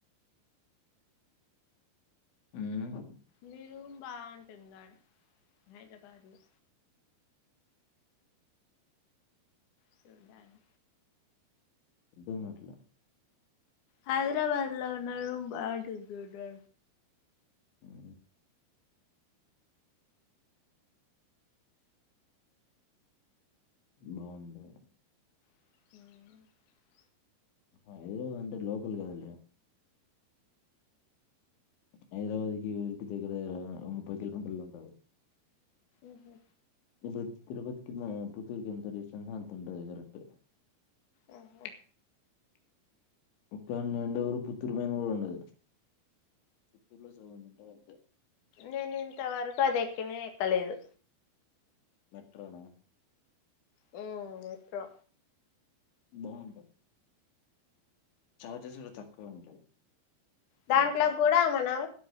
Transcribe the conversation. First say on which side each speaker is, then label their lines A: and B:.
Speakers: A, on the left (about 75°); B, on the left (about 55°).
A: మ్
B: మీ రూమ్ బాగుంటుందాండీ హైదరాబాద్ లో చూసాను
A: దుమ్మెట్ల
B: హైదరాబాద్ లో ఉన్న రూమ్ బాగుంటుంది కదా
A: మ్ బాగుంది
B: హ <inaudible>
A: హైద్రాబాద్ అంటే లోకల్ కదలే హైదరాబాద్కి, ఈ ఊరికి దగ్గర. దగ్గర ముప్పై కిలోమీటర్లు ఉంటాది.
B: ఉహు
A: ఇది తిరుపతి కి పుత్తూర్కి ఎంత డిస్టెన్స్ ఉంటాదో అంత ఉంటది కరెక్ట్.
B: అవును
A: ఇక్కన్నే ఉండేవరకు పుత్తూరు కు పోయిన ఉండదు. దీంట్లో సగం ఉంటాది.
B: నేను ఇంతవరకు నేను అది ఎక్కినే ఎక్కలేదు.
A: మెట్రోనా
B: మ్ మెట్రో
A: బాగుంటది చార్జెస్ కూడా తక్కువ ఉంటాయి.
B: దాంట్లో
A: ఉంటాయి.
B: కూడా మనం